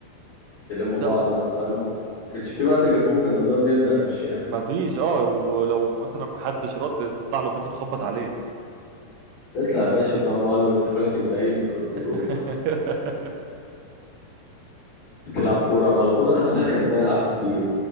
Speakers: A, on the left; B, on the right.
A: تلموا
B: تبدأ
A: بعض
B: بقى
A: بقى فاهم ما كانش في بقى تليفون كنا بنقعد ننده في الشارع
B: مفيش اه ولو مثلا محدش رد تطلع له بيته تخبط عليه
A: نطلع يا باشا فاهم قالوا يفتحوا لك الدهيل الواد من
B: <laughs>
A: جوه تلعب كوره بقى الكوره نفسها كان فيها العاب كتير